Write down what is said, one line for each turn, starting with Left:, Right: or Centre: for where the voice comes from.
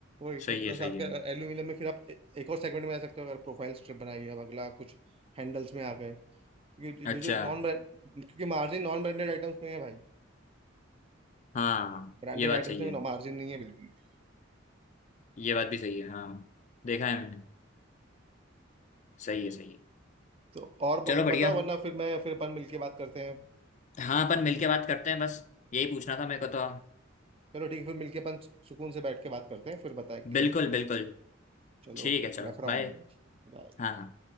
Right: वही
Left: सही
Right: फिर प्लस
Left: है सही
Right: आपका
Left: है
Right: एल्यूमिनियम में फिर आप ए- एक और सेगमेंट में आ सकते हो अगर प्रोफाइल स्ट्रिप बनाई अब अगला कुछ हैंडल्स में आ गए क्योंकि
Left: अच्छा
Right: जो जो नॉन ब्रांड क्योंकि मार्जिन नॉन ब्रांडेड आइटम्स में ही है भाई
Left: हाँ
Right: ब्रांडेड
Left: ये बात
Right: आइटम्स
Left: सही
Right: में
Left: है
Right: मार्जिन नहीं है बिल्कुल भी।
Left: ये बात भी सही है हाँ देखा है मैंने सही है सही है
Right: तो और ब-
Left: चलो
Right: कुछ
Left: बढ़िया
Right: बताओ वरना फिर मैं फिर अपन मिलके बात करते हैं
Left: हाँ अपन मिलके बात करते हैं बस यही पूछना था मेरे को तो
Right: चलो ठीक है फिर मिलके अपन सुकून से बैठ के बात करते हैं फिर बताए क्लियर
Left: बिल्कुल
Right: करना
Left: बिल्कुल
Right: चीज़ चलो
Left: ठीक
Right: ओके
Left: है चलो
Right: रख रहा
Left: बाय
Right: हूँ मैं बाय
Left: हाँ हाँ